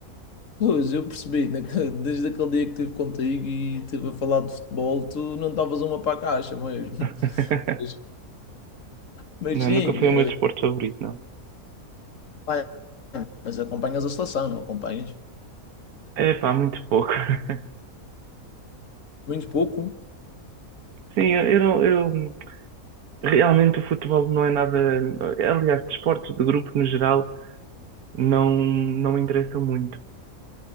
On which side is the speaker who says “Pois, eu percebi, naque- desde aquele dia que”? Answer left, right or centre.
Left